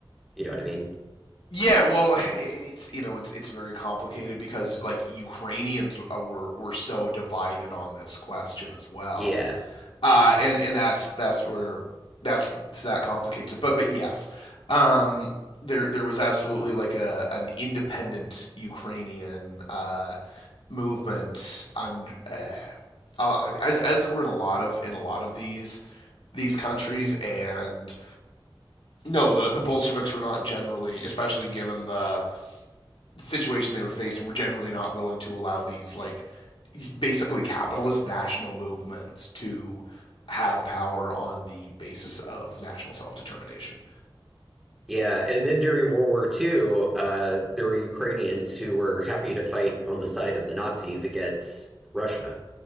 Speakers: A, in the centre; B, on the left.
A: you know what I mean?
B: yeah, well, it's you know it's it's very complicated because like Ukrainians uh, were were so divided on this question as well.
A: Yeah.
B: uh, and and that's that's where that's that complicates it. But but yes, um, there there was absolutely like a an independent Ukrainian uh, movement on uh, uh, as as there were in a lot of in a lot of these these countries and no the the Bolsheviks were not generally especially given the situation they were facing were generally not willing to allow these like basically capitalist national movements to have power on the basis of national self determination.
A: Yeah, and then during World War Two, uh, there were Ukrainians who were happy to fight on the side of the Nazis against Russia